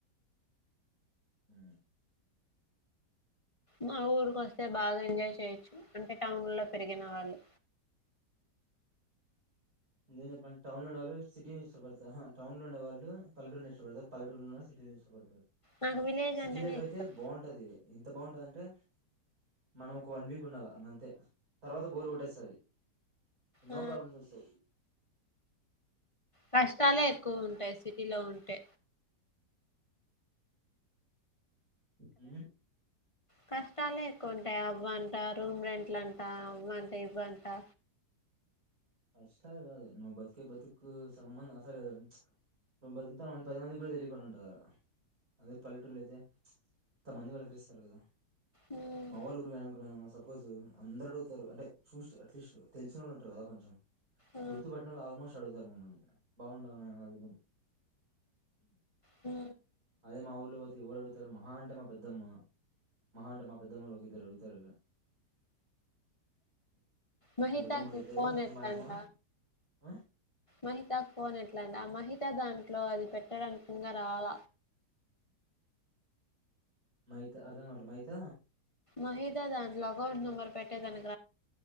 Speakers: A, on the right; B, on the left.
A: హ
B: మా ఊరుక వస్తే బాగా ఎంజాయ్ చేయొచ్చు అంటే టౌన్ లో పెరిగిన వాళ్ళు
A: ఎందుే చెప్పాలి టౌన్ లో ఉన్నవాళ్ళు సిటీని ఇష్టపడతారుా టౌన్ లో ఉే వాళ్ళు పలూని ఇష్టపడతారు పలూరులో ఉళ్ళ సిటీని ఇష్టపడతారు
B: నాకు విలేజ్
A: సిటీ
B: అంటేనే
A: లైఫ్
B: ఇష్టం
A: అయితే బాగుంటది ఎంత బాగుంటందంటే మనం ఒక వన్ వీక్ ఉండాలి అంతే తర్వాత బోరు కొట్టేస్తుంది న్నో
B: ఆ
A: ప్రాబ్లమ్ వ స
B: కష్టాలే ఎక్కువ ఉంటాయి సిటీలో ఉంటే
A: అ
B: క చాలా ఎక్కువ ఉంటాయి అవ్వంటా రూమ్ రెంట్ల అంటా అవ్వంట సైబంటా
A: కష్టాలు కాదు నువ్వు బతికే బతుకు సంబంధం అసలు నువ్వు బతుకుతా పది మందికి కూడా తెలియకుడా ఉంటారు అక్కడ అదే పల్లెటూర్లో అయితే తంతమంది వెలకరిస్తారు కదా
B: ఉమ్
A: మవల్ ఉరువనకు స సపోజ్ అందరు అగుతారు అంటే చూసి అట్లీస్ట్ తెలిసిన వాళ్ళు ఉంటారు కదా కొంచెం
B: ఆ
A: గుర్తుపట్టనంలో ఆల్మోస్ట్ అడుగుతుంది ధర్మ అ బాగుండవు అది
B: ఉ
A: అదే మా ఊర్ళ పోతే ఎవరు అడుగుతారు మహా అంట మా పెద్దమ్మ మహా అంట మా పెద్దమ్మలు ఒక ఇద్దరు అడుగుతారు
B: మహితాకి
A: మా పెద్దమ్మోళ్ళు ఇద్దరు
B: ఫోన్ ఎట్లాంట
A: మా యమ్మ ఆ
B: మహితా ఫోన్ ఎట్లాంట మహితా ద ట్ లో అది పెట్టారు అనుకుంద తాల
A: మాహతే అర్ధా వాలా మాహత
B: మహిదా దాంలో అకౌంట్ నంబర్ పెట్టదానికి